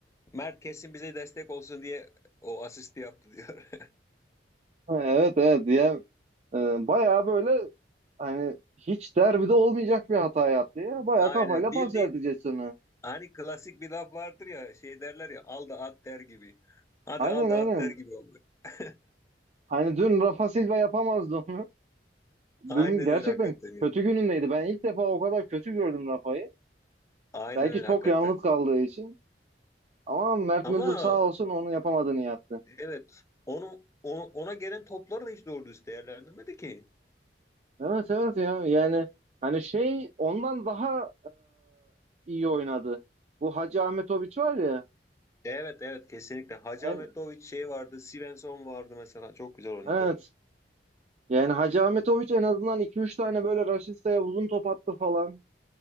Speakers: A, on the left (about 15°); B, on the right (about 40°).
A: Mert kesin bize destek olsun diye o asisti yaptı diyor.
B: Ha, Evet evet diye bayağı böyle hani hiç derbide olmayacak bir hata yaptı ya. Bayağı
A: <laughs> Aynen
B: kafayla pas
A: bildiğin
B: verdi Jason'ı.
A: Hani klasik bir laf vardır ya şey derler ya al da at der gibi. Hadi
B: Aynen
A: al da
B: aynen.
A: at der gibi oldu. <laughs>
B: Hani dün Rafa Silva yapamazdı onu. <laughs>
A: Aynen
B: Dün gerçekten
A: öyle hakikaten ya.
B: kötü günündeydi. Ben ilk defa o kadar kötü gördüm Rafa'yı.
A: Aynen
B: Belki
A: öyle
B: çok
A: hakikaten.
B: yalnız kaldığı için. Ama Mert
A: Ama
B: Müldür sağ olsun onu yapamadığını yaptı.
A: evet onu, onu- ona gelen topları da hiç doğru düz değerlendirmedi ki.
B: Evet evet ya yani hani şey ondan daha e, iyi oynadı. Bu Hacı Ahmetoviç var ya.
A: Evet evet kesinlikle. Hacı
B: En,
A: Ahmetoviç şey vardı. Svensson vardı mesela. Çok güzel oynadı.
B: evet. Yani Hacı Ahmetoviç en azından iki üç tane böyle Raşitsa'ya uzun top attı falan.